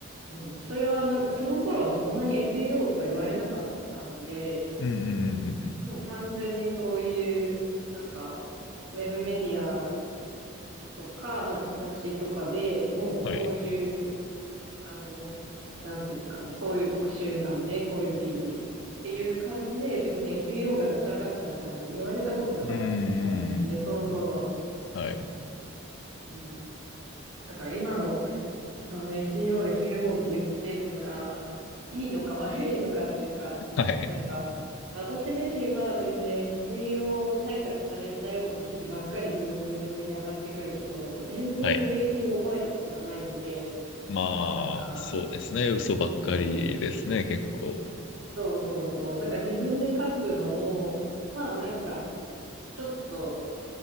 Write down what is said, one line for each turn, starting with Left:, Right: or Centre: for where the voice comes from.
Right: うん、それはなんか、その頃はそんなに SEO とか言われなかったんで、
Left: うんうんうんうんうん。
Right: もう単純にそういう、なんか、ウェブメディアとか、まあ雑誌とかでもうこういう、
Left: はい。
Right: あの、なんていうんですかね、こういう特集なんで、こういう記事っていう感じで、別に SEO がなんたらかんたらみたいな言われたことなかったんでね、
Left: うんうん
Right: その頃は。
Left: うん。はい。
Right: うん、だから今の、その SEO、SEO って言ってんのが、いいのか悪いのかっていうか、
Left: はい。
Right: なんか、私自身は全然 SEO 対策されたような記事ばっかり Google で上に上がってくるけど、全然有益に思えたことがないんで、
Left: はい。まあ、
Right: なんか、
Left: そうですね。嘘ばっかりですね、結構。
Right: そうそうそう。だから自分で書くのも、まあなんか、ちょっと